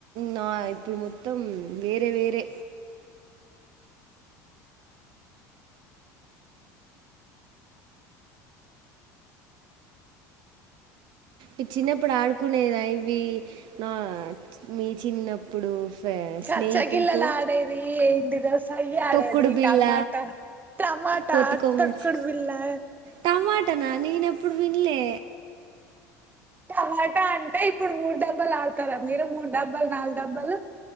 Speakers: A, on the right (about 60°); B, on the right (about 20°).
A: నా ఇప్పుడు మొత్తం వేరే వేరే. ఇ చిన్నప్పుడు ఆడుకునేదా ఇవి, నా, మీ చిన్నప్పుడు. ఫె-
B: కచ్చగిల్లలు
A: స్నేహితులతో
B: ఆడేది, ఏంటిదో సయ్య ఆడేది,
A: తొక్కుడు బిళ్ళ
B: టమాటా, టమాటా,
A: కోతి కొమ్మచ్చి
B: తొక్కుడు బిల్లా.
A: టమాటనా నేన్ ఎప్పుడు విన్లే.
B: టమాటా అంటే, ఇప్పుడు మూడు డబ్బాలు ఆడతారా మీరు? మూడు డబ్బాలు, నాలుగు డబ్బాలు.